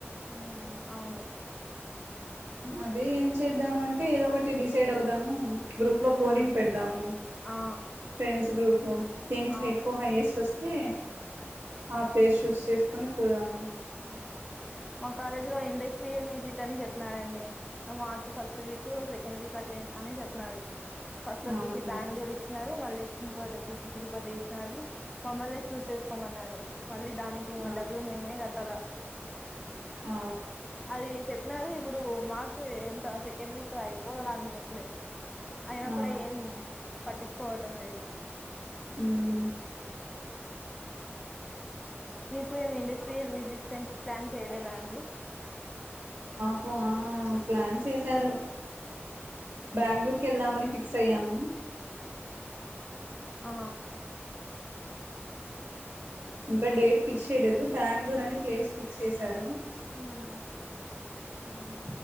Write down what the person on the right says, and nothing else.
అదే ఏం చేద్దామంటే ఏదో ఒకటి డిసైడ్ అవుదాము. గ్రూప్ లో
పోలింగ్ పెడదాము.
ఫ్రెండ్స్ గ్రూప్ లో దేనికి
ఎక్కువ హైయేస్ట్ వస్తే ఆ ప్లేస్ చూస్ చేస్త. కొని పోదాం.
అవునా
ఆ
ఆ
ఆ
హ్మ్
ఊహ ప్లాన్స్ వేసారు. బెంగుళూరు కెల్దమని. ఫిక్స్ అయ్యాం.
ఇంకా డేట్ ఫిక్స్ చేయలేదు బెంగళూరు అని ప్లేస్ ఫిక్స్ చేసారు.
ఉమ్మ్